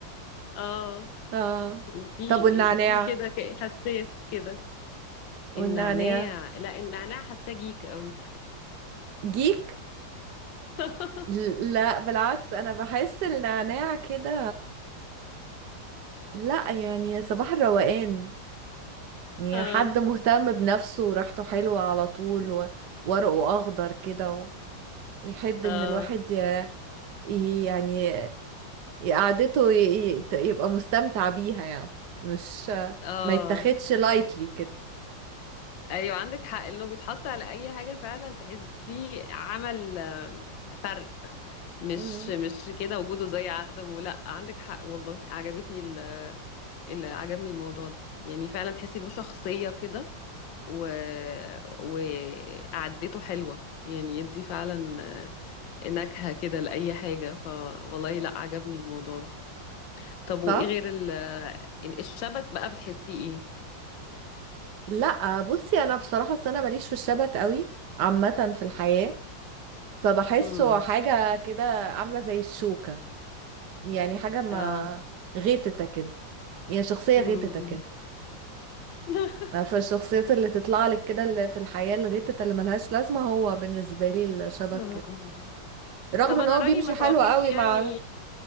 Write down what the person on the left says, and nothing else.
اه
وفي
في كده ك- حساس كده
النعناع لا النعناع حاساه جيك قوي
<laughs>
اه
اه
اه
ايوه عندك حق انه بيتحط على اي حاجه فعلا تحسيه عمل آه، فرق مش
مش كده وجوده زي عدمه لا عندك حق والله عجبتني ال اللي عجبني الموضوع ده يعني فعلا تحسي له شخصيه كده و... وقعدته حلوه يعني يدي فعلا آه، نكهه كده لاي حاجه فوالله لا عجبني الموضوع ده طب وايه
غير ال... الشبت بقى بتحسيه ايه
امم
اه
امم
<laughs>
آه.
طب
انا
رأيي
ما تقفيش
يعني